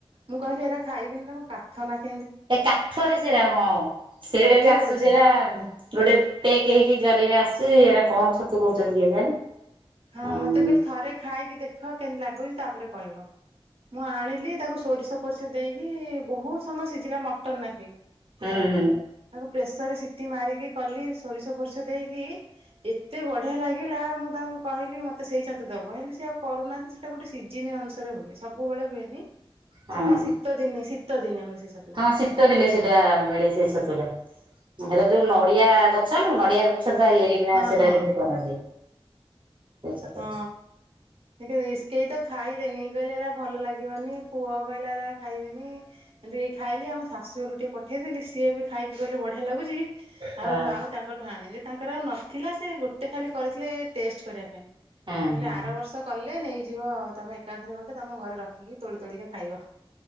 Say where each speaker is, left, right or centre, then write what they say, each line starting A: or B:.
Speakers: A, on the right (about 85°); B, on the right (about 55°).
A: ମୁଁ କହିଲି ଏରା ଖାଇବିନି ତା କାଠ ନାଖିଆ
B: ଏ କାଠରେ ସେରା ହଁ ସେଇଡ଼ା
A: କାଠରେ
B: ବି ଆସୁଛି
A: ହଉଛି।
B: ହେରା ଗୋଟେ ପେକ୍ ହେଇକି ଜରିରେ ଆସୁଛି। ସେ ଏଇା କଣ ଛତୁ କହୁଛନ୍ତି କେଜାଣି?
A: ହଁ
B: ହୁଁ
A: ମତେ କହିଲେ ଥରେ ଖାଇକି ଦେଖ କେମିତି ଲାଗୁଛି ତାପରେ କହିବ। ମୁଁ ଆଣିଲି ତାକୁ ସୋରିଷ ପୋରିଷ ଦେଇକି ବହୁତ ସମୟ ସିଝିଲା ମଟନ ନାଖେ। ସେ
B: ହୁଁ
A: ଛତୁ ତାକୁ ପ୍ରେସରରେ ସିଟି ମାରିକି କଲି ସୋରିଷ ଫୋରିଷ ଦେଇକି ଏତେ ବଢ଼ିଆ ଲାଗିଲା ମୁଁ ତାଙ୍କୁ କହିଲି ମୋତେ ସେଇ ଛତୁ ଦବ ହେଲେ ସିଏ ଆଉ କରୁନାହାନ୍ତି ସେଇଟା ଗୋଟେ ସିଜିିନ ଅନୁସାରେ ହୁଏ ସବୁବେଳେ ହୁଏନି।
B: ହଁ
A: ସେଟା ଶୀତ ଦିନେ ଶୀତ ଦିନେ ହୁଏ। ସେ ଛତୁଟା
B: ହଁ ଶୀତ ଦିନେ ସେଟା ମିଳେ ସେ ଛତୁଟା। ହେଲା ଯୋଉ ନଡିଆ ଗଛ ନୁ ନଡିଆ ଗଛ ତ ଇଏରେ ବିନା
A: ହଁ
B: ସେଟା
A: ହଁ
B: କେମତି କରନ୍ତି। ସେଇ ଛତୁଟା
A: ହଁ <unintelligible> ଖାଇ ଇଏ କହିଲେ ଭଲ ଲାଗିବନି ପୁଅ କହିଲା ଏରା ଖାଇବିନି ହେଟୁ ଖାଇଲି ଆମ ଶାଶୁ ଘର ଟିକେ ପଠେଇଦେଲି ସିଏ ବି ଖାଇକି କଲେ ବଢିଆ ଲାଗୁଛି
B: ହଁ
A: ଆଉ ତାଙ୍କଠୁ ଆଣେ। ତାଙ୍କର ଆଉ ନଥିଲା ସେ ଗୋଟେ ଖାଲି କରିଥିଲେ ଟେଷ୍ଟ କରିବା ପାଇଁ।
B: ହଁ
A: କହିଲେ
B: ହଁ
A: ଆର ବର୍ଷ କଲେ ନେଇ ଯିବ ତମ ଏକାଥରେ ଗୋଟେ ତମ ଘରେ ରଖିକି ତୋଳି ତୋଳିକା ଖାଇବ।